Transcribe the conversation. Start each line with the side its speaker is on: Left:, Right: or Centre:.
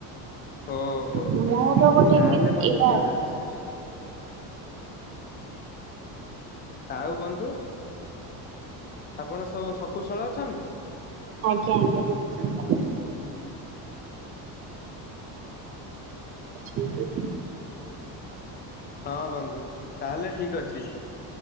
Left: ଓହୋ
Right: ମୋର ଗୋଟେ
Left: ତାହେଲେ
Right: ଏମିତି
Left: ବନ୍ଧୁ
Right: ଏଇଟା
Left: ଠିକ ଅଛି। ଆଉ ବନ୍ଧୁ ଆପଣ ସବୁ ଶକୁଶଳ ଅଛନ୍ତି?
Right: ଆଜ୍ଞା ଆଜ୍ଞା ସମସ୍ତେ। ହୁଁ ହୁଁ।
Left: ହଁ ବନ୍ଧୁ ତାହେଲେ ଠିକ ଅଛି।